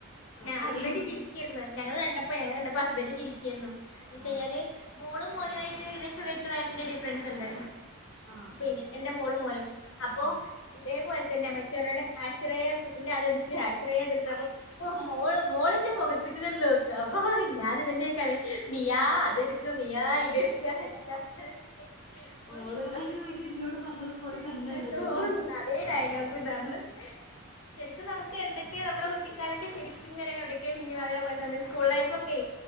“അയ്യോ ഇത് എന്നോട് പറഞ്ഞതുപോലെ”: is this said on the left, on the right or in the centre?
Left